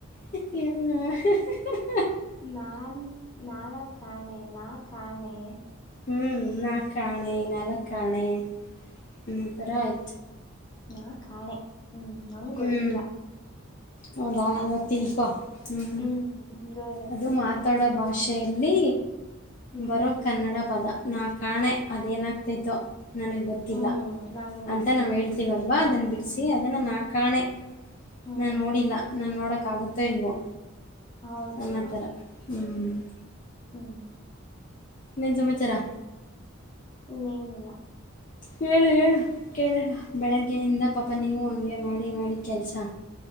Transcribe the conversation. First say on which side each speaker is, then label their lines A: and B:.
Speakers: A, on the left; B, on the left.
A: ಹ್ ಆ ಹ್ ಹ್ ಹ್ಮ್
B: ನಾನ್ ನಾಲ್ಕ್ ಕಾಣೆ ನಾ ಕಾಣೆ.
A: ಹ್ಮ್ ನಾ ಕಾ ಣೆ ನಾಲಕ್ಕಾಣೆ ಒಂತರಾಯ್
B: ಹ್ಮ್ ನಾ ಕಾಣೆ ಹ್ಮ್ ನಂಗೊತ್ತಿಲ್ಲ
A: ಹ್ಞೂ ಹೌದಾ
B: ಎಂತ
A: ಇವಾಗ ತಿಳ್ಕೊ ಹ್ಞೂ
B: ಹ್ಮ್ ಗೊತ್ತಾಯ್ತು
A: ಅದು ಮಾತಾಡೋ
B: ಗೊತ್ತಾಯ್ತು
A: ಭಾಷೆ ನೀ
B: ಹ್ಮ್
A: ಬರೋ ಕನ್ನಡ ಪದ. ನಾ ಕಾಣೆ ಅದೇನಾಗ್ತಿತ್ತು. ನನಗ್ ಗೊತ್ತಿಲ್ಲ
B: ಹ್ಮ್ ನಂಗ್ ಗೊತ್ತಿಲ್ಲ
A: ಅಂತ ನಾವ್ ಹೇಳ್ತೀವಲ್ ವಾ ಅದನ್ ಬಿಡ್ಸಿ ಅದನ್ ನಾ ಕಾಣೆ
B: ಹ್ಮ್
A: ನಾನ್ ನೋಡಿಲ ನಾನ್ ನೋಡಕ್ ಆಗುತ್ತಾ ಇಲ್ವೋ
B: ಹೌದು
A: ನನ್ನ ತರ ಹ್ಮ್ ಹ್ಮ <inaudible>
B: ಹ್ಮ್
A: ಇನ್ನೇನ್ ಸಮಚಾರಾ
B: ಇನ್ನೇನ್ ಇಲ್ಲ
A: ಹೇಳು ಹೇಳು ಕೇಳೋಣ ಬೆಳಗ್ಗೆಯಿಂದ ಪಾಪ ನೀವು ಹಂಗೆ ಮಾಡಿ ಮಾಡಿ ಕೆಲ್ಸ.